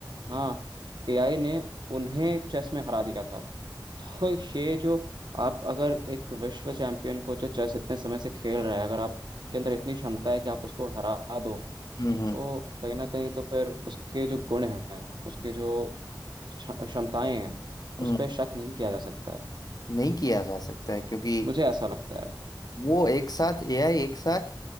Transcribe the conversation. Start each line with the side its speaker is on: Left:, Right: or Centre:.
Right: हाँ एआई ने उन्हें चेस में हरा दिया था तो ये जो आप अगर एक विश्व चैंपियन को जो चेस इतने समय से खेल रहा है अगर आपके अंदर इतनी क्षमता है कि आप उसको हरा दो
Left: हम्म हम्म
Right: तो कहीं ना कहीं तो फिर उसके जो गुण हैं उसके जो क्ष- क्षमताएं हैं
Left: हम्म,
Right: उस पर शक नहीं किया जा सकता है
Left: नहीं किया जा सकता है क्योंकि
Right: मुझे ऐसा लगता है
Left: वो एक साथ एआई एक साथ